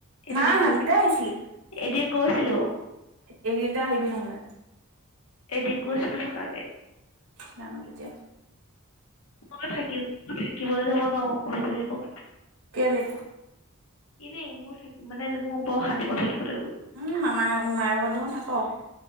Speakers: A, on the right; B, on the left.
A: নাই
B: এদিন
A: আহা
B: গৈ
A: কেতিয়া আহিছিলি
B: এদিন গৈছিলোঁ।
A: এইকেইদিনতে আহিবি নহ'লে।
B: এদিন গৈছিলোঁ থকাকে।
A: জানোঁ কেতিয়া?
B: মই থাকিব থাকিবলৈ যাব নোৱাৰো মোৰ সেইটোহে প্ৰব্লেম।
A: কেলেই?
B: এনেই মোৰ থাকিম মানে আজি মোৰ বৰ অশান্তি পাওঁ থাকিবলৈ গৈ।
A: উম মামাৰ, মোমাইৰৰ ঘৰত দেখোন থাক।